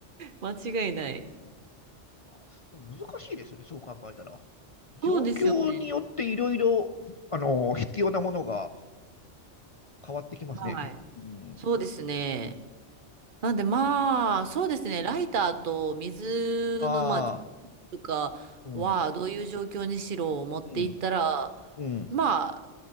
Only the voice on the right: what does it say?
間違いない。
そうですよね。
はい。
そうですね。なんでまあ、そうですね、ライターと水の、
まあ、とかは、
どういう状況にしろ持っていったら、
まあ、